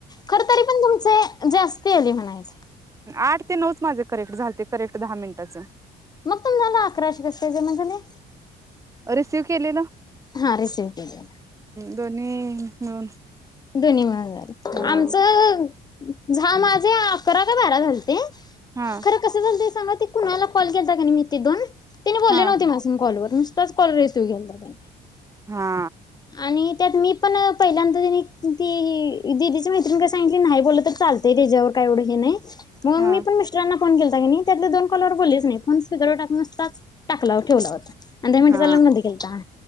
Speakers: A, on the left; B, on the right.
A: खरतरी पण तुमचे जास्ती आले म्हणायचे?
B: आठ ते नऊच माझे करेक्ट झालते करेक्ट दहा मिनिटाचं.
A: मग तुम्हाला अकराशे जमा झाले?
B: रिसिव्ह केलेलं
A: हा रिसीव्ह केले.
B: दोनी मिळून
A: दोन्ही मिळून झालं
B: हा
A: आमचं- झा माझे अकरा का बारा झालते.
B: हा
A: खर कसं झालतीस सांगा ती कुणाला कॉल केलता कणी मी ते दोन तिन बोली
B: हा
A: नव्हती माझ्या संग कॉलवर. नुसताच कॉल रिसिव्ह घ्यायचा त्यांनी
B: हा
A: आणि त्यात मी पण पहिल्या त्यांनी ती दिदीच्या मैत्रिणीकडे सांगितली नाही बोललं तर चालतंय त्याच्यावर काय एवढं हे नाही मग
B: हा
A: मी पण मिस्टरांना. फोन केलता कणी त्यातले दोन कॉलवर बोललेच नाही फोन स्पीकरवर टाक नुसताच टाकला ठेवला होता. अर्धे मिनट
B: हा
A: झाल्यावर बंद केेलता